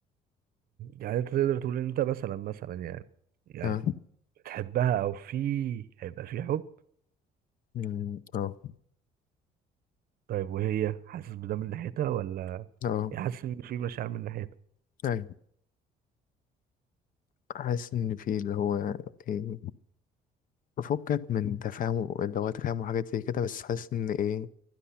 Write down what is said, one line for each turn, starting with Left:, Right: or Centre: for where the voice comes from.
Right: يعني انت تقدر تقول ان انت مثلا مثلا يعني يعني
Left: اه
Right: بتحبها او في هيبقى في حب
Left: أمم، اه
Right: طيب وهي حاسس بده من ناحيتها ولا
Left: اه
Right: هي حاسس ان في مشاعر من ناحيتها
Left: ايوه حاسس ان في اللي هو ايه بفكك من تفاهم اللي هو تفاهم وحاجات زي كده بس حاسس ان ايه